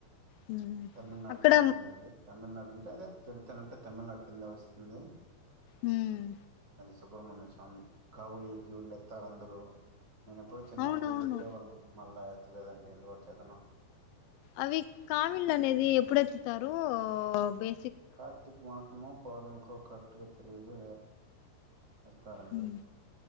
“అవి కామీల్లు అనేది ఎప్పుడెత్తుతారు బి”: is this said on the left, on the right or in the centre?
Left